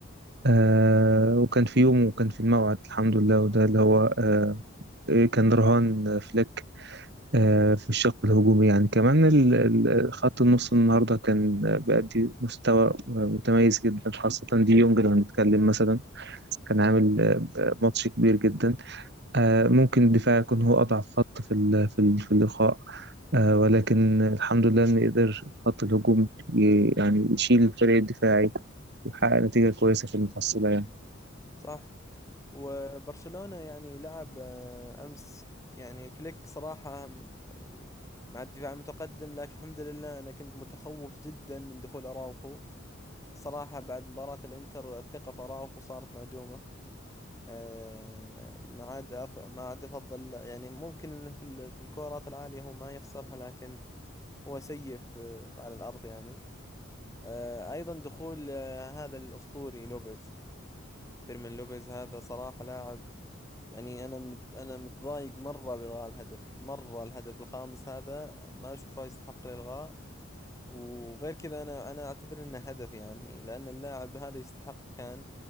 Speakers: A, on the right; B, on the left.
A: آه وكان في يوم وكان في الموعد الحمد لله وده اللي هو آه إيه، كان رهان فليك آه في الشق الهجومي يعني كمان ال- ال- خط النص النهارده كان بيأدي مستوى آه، متميز جدا خاصة دي يونج لو هنتكلم مثلا كان عامل آه، ماتش كبير جدا آه ممكن الدفاع يكون هو أضعف خط في ال- في ال- في اللقاء آه ولكن الحمد لله إن قدر خط الهجوم ي- يعني يشيل الفريق الدفاعي ويحقق نتيجة كويسة في المحصلة يعني
B: صح؟ وبرشلونة يعني لعب آه، أمس يعني فليك صراحة آم، آه، مع الدفاع المتقدم لكن الحمد لله أنا كنت متخوف جدا من دخول أراوخو صراحة بعد مباراة الإنتر الثقة في أراوخو صارت معدومة آه، ما عاد أف- ما عاد أفضل يعني ممكن إنه في ال- في الكورات العالية هو ما يخسرها لكن هو سيء في- على الأرض يعني آه، أيضا دخول آه، هذا الأسطوري لوبيز فيرمين لوبيز هذا صراحة لاعب يعني انا مت انا متضايق مره بالغاء الهدف مره الهدف الخامس هذا ما اشوفه يستحق الالغاء وغير كذا انا انا اعتبر انه هدف يعني لان اللاعب هذا يستحق كان